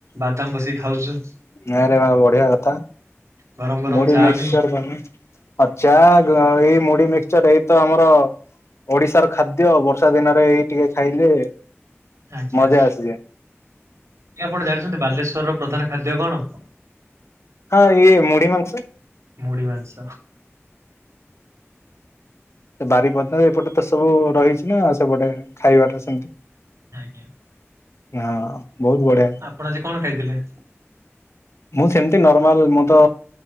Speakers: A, on the right (about 85°); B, on the left (about 65°).
A: ବାଦାମ ବସିକି ଖାଉଛୁ
B: ନଁରେ ବା ବଢିଆ କଥା
A: ଗରମ ଗରମ
B: ମଡି
A: ଚା
B: ମିକ୍ସଚର
A: ବି
B: ଚା ମୁଢ ମିକସଚର ଏଇତ ଆମର ଓଡିଶାର ଖାଦ୍ୟ ବର୍ଷ ବଷା ଦିନରେ ଏଇ ଟିକେ ଖାଇଲେ
A: ଆଜ୍ଞା
B: ମଜା ଆସିଯାଏ
A: ଆପଣ ଜାଣିଛନ୍ତି ବାଲେଶ୍ଵର ର ପ୍ରଧାନ ଖାଦ୍ୟ କଣ
B: ହଁ ଇ ମଡ଼ି ମାାଗସ
A: ମୁଢି ମାଂସ
B: ସେ ବାରି ପଧ ଏପଟେ ତ ସବୁ ରହିଛି ନା ସେପଟେ ଖାଇବାଟା ସେମତି
A: ଆଜ୍ଞା
B: ହଁ ବହୁତ ବଢିଆ
A: ଆପଣ ଆଜି କଣ ଖାଇଥିଲେ
B: ମୁଁ ସେମତି ନର୍ମାଲ ମୁଁ ତ